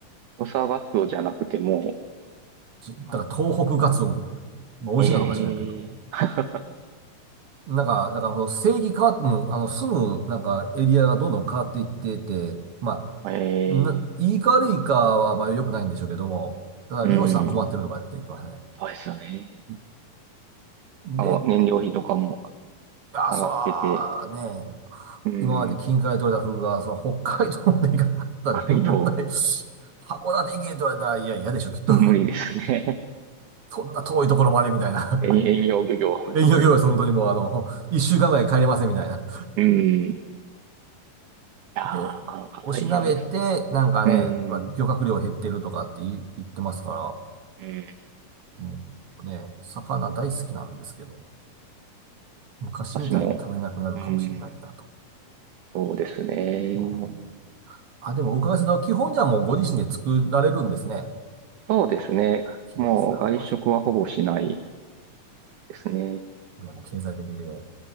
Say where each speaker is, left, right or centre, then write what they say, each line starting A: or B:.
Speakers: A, on the right; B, on the right.
A: 土佐ガツオじゃなくても、
B: じだから東北カツオぐらいな。まあ、美味しいかどうか知らんけど。
A: ええー
B: なんか、だからこの正規変わっ、うんあの、住む、なんか、エリアがどんどん変わっていってて、ま
A: <laughs> ええー
B: あ、な、いいか悪いかは、まあ、良くないんでしょうけども、ただ、
A: うん、
B: 漁師さん困ってるとかって言ってましたね。
A: そうですよね。
B: うん。
A: あの、
B: で、
A: 燃料費とかも
B: あ、
A: 上がってて、
B: そら、ね、
A: うん、
B: 今まで近海で取れたフグが、その北海道まで行かなかった燃料代、
A: 北海道、
B: 函館行けと言われたら、いや、嫌でしょ、きっと。
A: 無理ですね。
B: <laughs> そんな遠いところまでみたいな。
A: <laughs> 遠遠洋漁業。
B: <laughs> 連休業務、本当にもうあの、一週間ぐらい帰れませんみたいな。
A: うん、いやー、
B: で、
A: なかなか大変です。
B: おしなべて、なんかね、
A: うん、
B: まあ、漁獲量減ってるとかって言言ってますから、
A: うん、
B: もうね、魚大好きなんですけど、昔みたいに食べれなくなるかもしれないなと。
A: 私も、うん、そうですね。
B: うんあ、でもお伺いすると、基本じゃあもうご自身で作られるんですね。
A: そうですね。
B: 器用ですな、
A: もう外食はほぼしない
B: 羨ましい。
A: ですね。
B: いやもう経済的で。